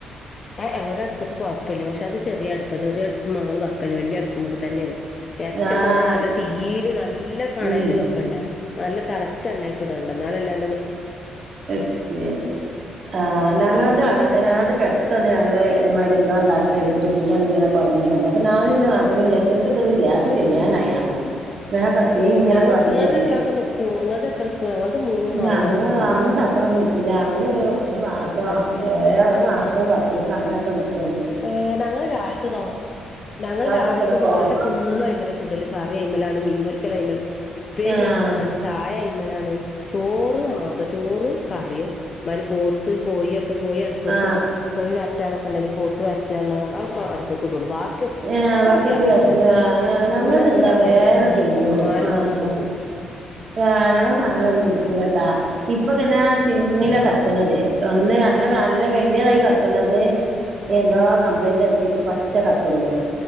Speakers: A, on the left; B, on the right.
A: ഏഹ് എ ഒരടുപ്പത് കുഴപ്പില്ല, പക്ഷെ അത് ചെറിയടുപ്പ ചെറിയടുപ്പ്മ്മ ങ്ങങ്ങള് വക്കല്. വലിയ അടുപ്പുമൊക്കെ തന്നെയാണ്. എറിച്ചൊക്കെ
B: ആഹ്
A: നമുക്ക് നല്ല തിയ്യീല് നല്ല കണല്
B: ഉം
A: വെക്കണ്ടേ? നല്ല തള- ചെന്നക്ക് ഇടണ്ടേ എന്നാലല്ലേ നല്ല വ്
B: എത്യേ ആഹ് ഞങ്ങള്ത് അങ്ങനത്തെന്നെ ഞങ്ങള്ത പെട്ടന്ന് ഞങ്ങള് ഇതേ മാരിയെന്തോ ഉണ്ടാക്ക്ണ ഇടേക്കൂടി തീയണ്ട് ഇങ്ങനെ - കുറഞ്ഞു വന്നു. അപ്പൊ ഞാനും ന്റെ നാത്തൂനും വിചാരിച്ച് എന്തേപ്പത് ഗ്യാസ് കഴിയാനായാ? ഇതിനൊക്കെ തീ
A: ഏ
B: ഇങ്ങനെ
A: നിങ്ങളത്
B: കൊറഞ്ഞു വെര്ണേ.
A: എത്രൊക്കെ നിക്കും നിങ്ങളത് എത്ര നിക്കും ഞങ്ങളത് മൂന്ന് നാല്
B: ഞങ്ങ
A: മാസൊക്കെ പോകും
B: അങ്ങൾ - അത്രൊന്നും നിക്കൂല്ല, ഞങ്ങളൊരു ഒരു മാസം
A: അടുപ്പിന്
B: ഒരു മാസവും പത്ത് ദിവസം അങ്ങനെയൊക്കെനിക്കൊള്ളു.
A: ഏഹ് ഞങ്ങൾ രാവിലത്തെ ദോ ഞങ്ങൾ
B: ദോശ
A: രാവിലത്തെ
B: വെക്കണൊക്കെ
A: ദോശ ഫുള്ള് അയിമ്മലെ ചൂടല്. കറി അയ്‌മ്മലാണ്, മീൻ പൊരിക്കൽ അയ്‌മലാണ്, ഉപ്പേരി
B: ആഹ്
A: അയ്മലാണ്. ചായ അയ്മലാണ്, ചോറ് മാത്രം ചോറും കറിയും ഇമ്മാതിരി പോത്ത്, കോയി ഒക്കെ കോയി അടുപ്പത്ത്
B: ആഹ്
A: കോയി വരറ്റാനൊക്കെ ഉണ്ടെങ്കിൽ പോത്ത് വരട്ടിയാലുള്ളത് ആ ഒക്കെ അടുപ്പത് ഇടോള്ളൂ ബാക്കിയൊക്കെ - ഇക്ക്
B: ഏഹ് ബാക്കിയൊക്കെ
A: ഒക്ക ഗ്യാസ്മ്മതന്നെ
B: വിയാസന് ഏഹ് ഞങ്ങൾത്
A: എന്നിട്ട്
B: എന്താ
A: ഞങ്ങൾത്
B: വേഗം കഴിയോ
A: ഇത്രക്ക് നാലു
B: ആഹ്
A: മാസൊക്കെ പോവും.
B: ആഹ് ഞങ്ങൾത് അങ്ങനൊന്നും നിക്കൂലട്ടാ, ഇപ്പൊങ്ങനെ സിമ്മ്ലൊക്കെ കത്ത്ണതേ ഒന്ന് നല്ല നല്ല വല്യയതായി കത്ത് കത്ത്ണത് എന്തോ കംപ്ലൈന്റ് എത്തിട്ട് കൊറച്ചേ കത്തുള്ളൂ.